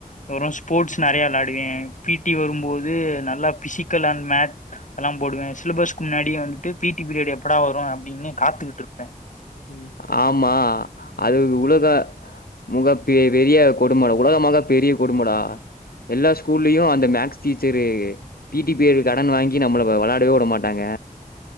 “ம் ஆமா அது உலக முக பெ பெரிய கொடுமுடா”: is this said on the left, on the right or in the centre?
Left